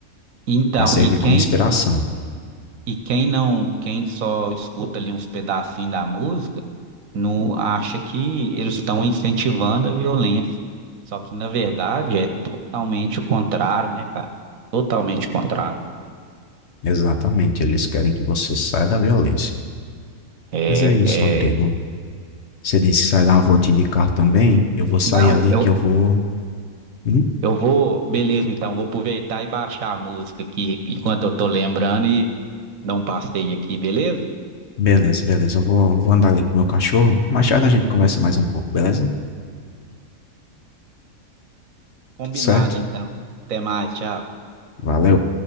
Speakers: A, on the right; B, on the left.
A: Então,
B: Pra servir
A: e quem
B: como inspiração.
A: não, e quem não, quem só escuta ali uns pedacinhos da música, não acha que eles estão incentivando a violência. Só que, na verdade, é totalmente o contrário, né, cara? Totalmente o contrário.
B: Exatamente, eles querem que você saia da violência.
A: É,
B: Mas é isso, Rodrigo.
A: é.
B: Você disse que sai dar uma voltinha de carro também. Eu vou sair
A: Não,
B: ali
A: eu,
B: que eu vou Uhum.
A: eu vou, beleza, então, vou aproveitar e baixar a música aqui enquanto eu tô lembrando e dar um passeio aqui, beleza?
B: Beleza, beleza. Eu vou, vou andar ali com o meu cachorro. Mais tarde a gente conversa mais um pouco, beleza?
A: Combinado,
B: certo?
A: então. Até mais, tchau.
B: Valeu.